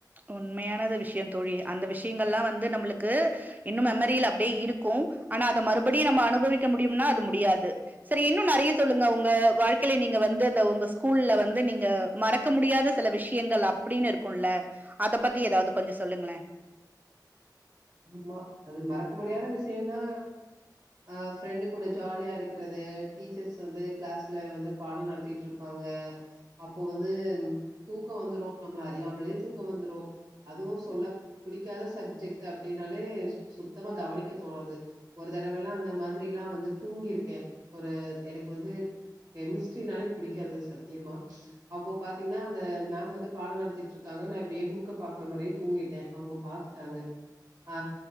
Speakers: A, on the right (about 25°); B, on the right (about 60°).
A: உண்மையானது விஷய தோழி அந்த விஷயங்கள்லா வந்து நம்மளுக்கு இன்னு மெமரில்ல அப்டியே இருக்கு ஆனா அத மறுபடியு நம்ம அனுபவிக்க முடியும்னா அது முடியாது செரி இன்னு நெறைய சொல்லுங்க உங்க வாழ்க்கையில நீங்க வந்து அந்த உங்க ஸ்கூல்ல வந்து நீங்க மறக்க முடியாத சில விஷயங்கள் அப்டின்னு இருக்கும்ல அத பத்தி ஏதாவது கொஞ்ச சொல்லுங்களே
B: ஆமா அது மறக்க முடியாத விஷயனா அஹ் ஃப்ரெண்டு் கூட ஜாலியா இருக்கறது டீச்சர்ஸ் வந்து கிளாஸ்ல வந்து பாட நடத்திட்டுருப் பாங்க அப்போ வந்து தூக்கோ வந்துரு நம்மள அறியாமலே தூக்கோ வந்துரு அதுவு சொல்ல புடிக்காத சப்ஜெக்ட் அப்டின்னாலே சுத்தமா கவனிக்க தோணாது ஒரு தடவல்லா அந்த மாதிரில்லா வந்து தூங்கிருக்கே ஒரு எனக்கு வந்து கெமிஸ்ட்ரினாலே பிடிக்காது சத்தியமா அப்போ பாத்தீங்கன்னா அந்த மேம் வந்து பாட நடத்திட்டுருக்காங்க நா இப்டியே புக்க பாக்குற மாரியே தூங்கிட்டே அவங்க பாத்துட்டாங்க ஆ